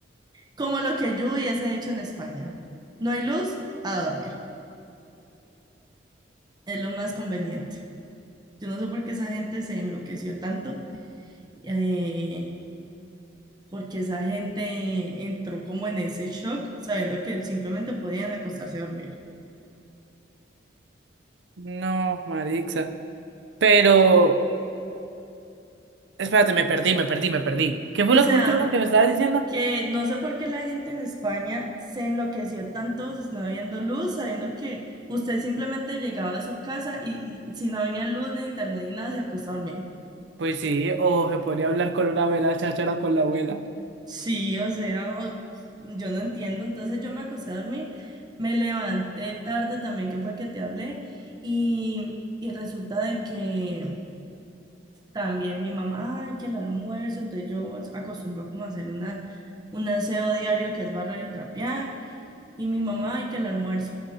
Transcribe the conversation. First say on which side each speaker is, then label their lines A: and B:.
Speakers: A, on the right (about 25°); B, on the right (about 75°).
A: Como lo que yo hubiese hecho en España. No hay luz, a dormir. Es lo más conveniente. Yo no sé por qué esa gente se enloqueció tanto, eh, porque esa gente entró como en ese shock, sabiendo que simplemente podían acostarse a dormir.
B: No, Marixa. Pero, espérate, me perdí, me perdí, me perdí. ¿Qué fue
A: O
B: lo
A: sea,
B: que último que me estabas diciendo?
A: que no sé por qué la gente en España se enloqueció tanto si no habiendo luz, sabiendo que usted simplemente llegaba a su casa y, y si no había luz ni internet ni nada, se acuesta a dormir.
B: Pues sí, o se podría hablar con una abuela cháchara con la abuela.
A: Sí, o sea, o- yo no entiendo. Entonces yo me acosté a dormir, me levanté tarde también, que fue que te hablé, y, y resulta de que también mi mamá, ay, que el almuerzo, entonces yo acostumbro como a hacer una, un aseo diario que es barrer y trapear, y mi mamá, ay, que el almuerzo.